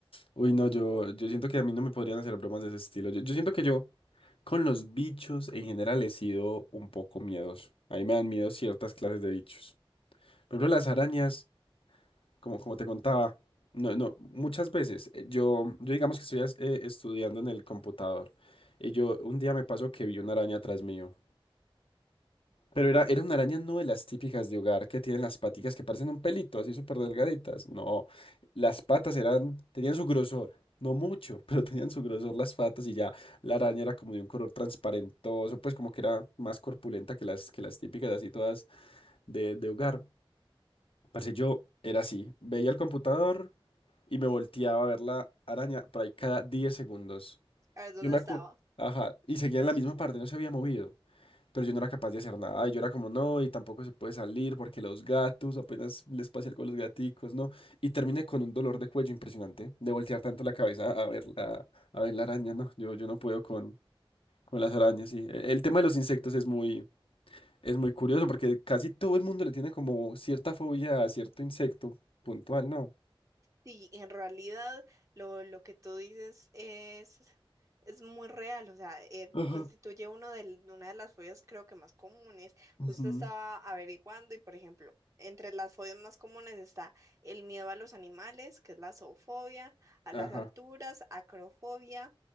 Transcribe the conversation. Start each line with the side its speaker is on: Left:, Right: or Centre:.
Left: Uy, no, yo, yo siento que a mí no me podrían hacer bromas de ese estilo. Yo, yo siento que yo con los bichos en general he sido un poco miedoso. A mí me dan miedo ciertas clases de bichos. Por ejemplo, las arañas, como, como te contaba, no, no, muchas veces eh, yo, yo digamos que estoy as- eh, estudiando en el computador y yo un día me pasó que vi una araña atrás mío. Pero era, era una araña no de las típicas de hogar que tienen las paticas que parecen un pelito, así súper delgaditas. No, las patas eran, tenían su grosor, no mucho, <laughs> pero tenían su grosor las patas y ya la araña era como de un color transparentoso, pues como que era más corpulenta que las, que las típicas, así todas de, de hogar. Parce, yo era así, veía el computador y me volteaba a ver la araña por ahí cada 10 segundos.
Right: A ver, ¿dónde
Left: Yo me
Right: estaba?
Left: acuerdo. Ajá, y seguía en la misma parte, no se había movido pero yo no era capaz de hacer nada. Y yo era como, no, y tampoco se puede salir porque los gatos, apenas les pase algo a los gaticos, ¿no? Y terminé con un dolor de cuello impresionante, de voltear tanto la cabeza a ver la, a ver la araña, ¿no? Yo, yo no puedo con, con las arañas, sí. E- El tema de los insectos es muy, es muy curioso porque casi todo el mundo le tiene como cierta fobia a cierto insecto puntual, ¿no?
Right: Sí, en realidad lo, lo que tú dices es, es muy real, o sea, eh,
Left: Ajá.
Right: constituye uno del- una de las fobias creo que más comunes.
Left: Ujú,
Right: Justo estaba averiguando y, por ejemplo, entre las fobias más comunes está el miedo a los animales, que es la zoofobia, a
Left: Ajá.
Right: las alturas, acrofobia,